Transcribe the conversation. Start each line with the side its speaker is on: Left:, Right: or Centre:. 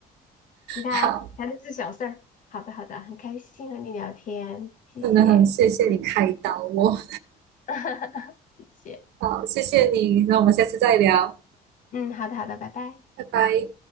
Left: 其他全都是小事儿。
Right: 好，
Left: 好的，好的，很开心和你聊天，谢谢，
Right: 真的很谢谢你开导我，
Left: <laughs> 谢谢。
Right: 好，谢谢你，那我们下次再聊，
Left: 嗯，好的，好的，拜拜。
Right: 拜拜。